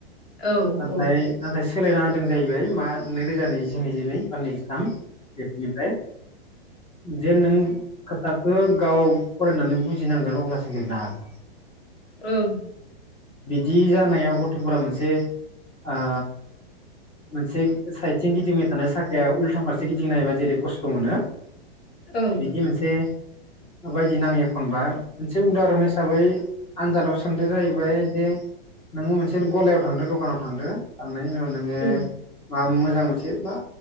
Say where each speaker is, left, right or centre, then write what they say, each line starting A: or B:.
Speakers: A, on the left (about 80°); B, on the left (about 20°).
A: ओं
B: नाथाय
A: औ
B: नाथाय सोलायना होदों जाहैबाय मा नैरोजा नैजिसे नैजिनै बा नैजिथाम बेखनिफ्राय जे नों खोथखो गाव फरायनानै बुजिनांगोन अब्लासो लिरनो हागोन
A: ओं
B: बिदि जानायाव गथ'फोरा मोनसे आ मोनसे साइदथिजों गिदिंबाय थानाय साखाया उल्था फारसे गिदिंनो हायोबा जेरै खस्थ' मोनो
A: ओं
B: बिदि मोनसे बे बायदि नाङो एखनबा मोनसे उदाहरन हिसाबै आनजादाव सोंदो जाहैबाय जे नोङो मोनसे गलायाव थांदो दखानाव थांदो थांनाय उनाव नोङो
A: ओं
B: आं मोजां मोनसे मा